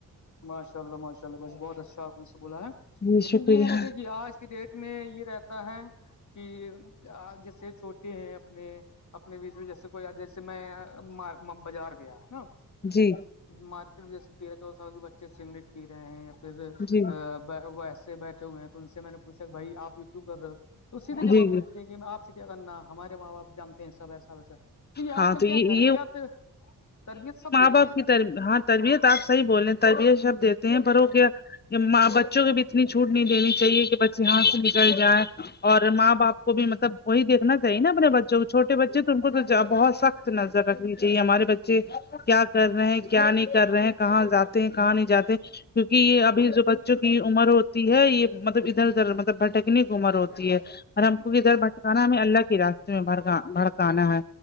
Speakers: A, on the left; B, on the left.
A: ماشاء اللہ ماشا اللہ بس بہت اچھا آپ نے سے بولا ہے
B: جی
A: لیکن
B: شکریہ
A: یہ ہے نا دیکھیے آج ڈیٹ میں یہ رہتا ہے کہ جیسے چھوٹے ہیں اپنے اپنے بیچ میں جیسے کوئی جیسے میں بازار گیا نا
B: جی
A: مارکیٹ میں جیسے تیرہ چار سال کے بچے سگریٹ پی رہے ہیں یا پھر
B: جی
A: وہ ایسے بیٹھے ہوئے ہیں تو ان سے میں نے پوھا کہ بھائی آپ یہو کیوں کر رہے ہو تو سیدھے جواب
B: جی جی
A: دے دیتے ہیں کہ آپ ج ا کرنا ہمارے ماں باپ جانتے ہیں سب ایسا ویسا دیکھیے آج
B: ہاں
A: کل
B: تو
A: کیا
B: یہ
A: کر بھی آپ س یہ سبجیکٹ
B: کیر ہاں تربیت آپ صحیح بول رہے ہیں تربیت شبد دیتے ہیں پر وہ کیااں بچوں کے اتنی چھوٹ نہیں دینی چاہیے کہ بچے ہاتھ سے نکل جائے اور ماں باپ کو بھی مطلب وہی دیکھنا چاہے نا اپنے بچوں کو چھوٹے بچے تو ان کو تو بہت سخت نظر رکھنی چاہیے ہمارے بچے کیا کر رہے ہیں کیا نہیں کر رہے ہیں کہاں جاتے ہیں کہاں نہیں جاتے کیونکہ یہ ابھی جو بچوں کی عمر ہوتی تی ہے یہ مطلب ادھر ادھر مطلب بھٹکنی کی عمر ہوتی ہے اور ہم کو ادھر بھٹکانا ہمیں اللہ کے راستے میں بک بھڑکانا ہے